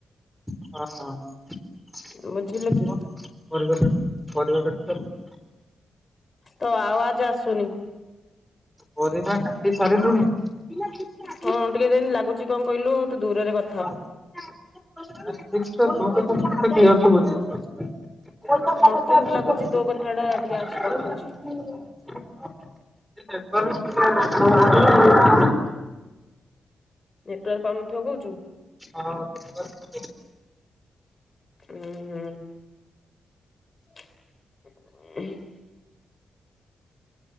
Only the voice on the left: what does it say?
ବୁଝିଲୁ କି ତୋ ଅୱାଜ୍ ଆସୁନି।
ହଁ, ଟିକେ ଯେମିତି ଲାଗୁଚି କଣ କହିଲୁ, ତୁ ଦୂରରେ କ
ମତେ
ଏମିତି ଲାଗୁଛି ତୋ କଥା ଟା
ଟିକେ ଆସୁ କଟୁଛି
ନେଟୱାର୍କ ପାଉନ ଥିବ କହୁଚୁ?
ଉଁ, ହୁଁ। <unintelligible>